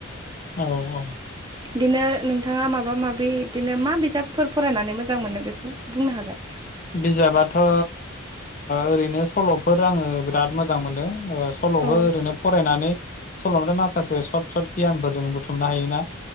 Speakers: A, on the left; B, on the right.
A: औ औ
B: बिदिनो नोंथांङा माबा माबि बिदिनो मा बिजाबफोर फरायनानै मोजां मोनो बेखौ बुंनो हागोन
A: बिजाबाथ' ओ ओरैनो सल'फोर आंङो बिराद मोजां मोनो ओ सल'खौ
B: औ
A: ओरैनो फरायनानै सल' बाथाय माखासे सर्ट सर्ट गियानफोर जों बुथुमनो हायोना